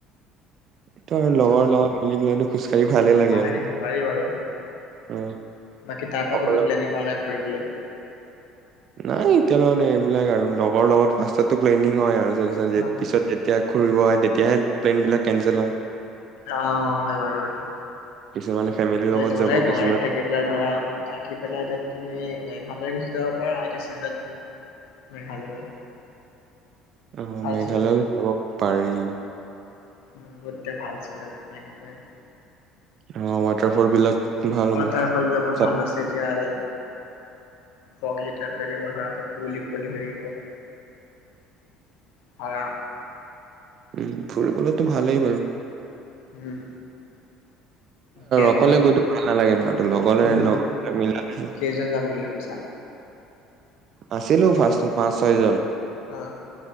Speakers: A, on the right; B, on the left.
A: তোৰ লগৰ
B: <unintelligible>
A: লগত মিলি পেলাইতো খোজকাঢ়ি ভালে লাগে
B: পাৰি
A: আৰু
B: পাৰি বাৰু
A: অ
B: বাকী তাৰ পৰা
A: অকলে
B: কতো প্লেনিং কৰা নাই ফুৰিবলে।
A: নাই এতিয়া লগতে এইবিলাক আৰু লগৰ লগত প্তাতটো প্লেনিং হয় আৰু। পিছত
B: অ',
A: তেতিয়া ঘূৰিব আহে তেতিয়াহে প্লেইনবিলাক কেনঞ্চেল হয়।
B: অ', হয় বাৰু এইটো
A: কিছুমানে ফেমিলিৰ
B: যদি
A: লগত
B: তোমালে
A: যাব
B: গুৱাহাটীত
A: কিছুমান
B: থাকি পেলাই ধৰা থাকি পালাহেঁতেন তুমি মেঘালয় গুচি যাব পাৰা এতি চিজন মেঘালয়ৰ
A: অ',
B: ভাল
A: মেঘালয়ও
B: ছিজন
A: যাব পাৰি।
B: উম, বহুততিয়া ভাল চ মেঘালয়
A: অ', ৱাটাৰফল বিলাক ভাল
B: ৱাটাৰ
A: হ'ব
B: ফ'লবিলাক বহুত
A: চাব
B: ভাল আছে এতিয়া যেন। চগিট পৰি কুঁৱলি কুৱঁলি ভকিব কাৰ
A: উম, ফুৰিবলৈতো ভালেই বাৰু।
B: উম। কেইজন
A: অকলে
B: যাম বুলি
A: গৈতো
B: ভাবিছা?
A: ভাল নালাগে নহয়ো লগ লগৰবিলাক
B: উম,
A: মিলিলে
B: কেইজন যাম বুলি ভাবিছা?
A: আছিলো ফাৰ্ষ্ট পাঁচ ছয় জন।
B: উম।